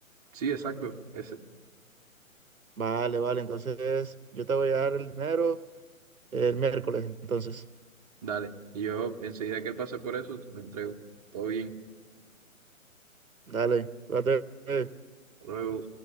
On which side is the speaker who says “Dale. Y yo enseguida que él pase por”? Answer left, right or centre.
Right